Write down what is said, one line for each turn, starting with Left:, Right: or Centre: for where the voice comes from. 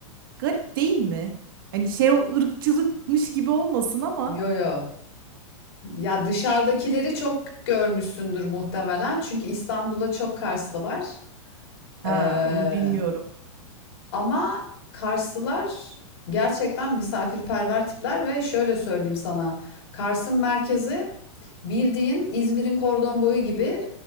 Right: garip değil mi? Hani şey o ırkçılıkmış gibi olmasın ama.
Left: yo yo Ya dışarıdakileri çok görmüşsündür muhtemelen. Çünkü İstanbul'da çok Karslı var.
Right: Ha
Left: Ee,
Right: onu bilmiyorum.
Left: ama Karslılar gerçekten misafirperver tipler ve şöyle söyleyeyim sana. Kars'ın merkezi bildiğin İzmir'in kordon boyu gibi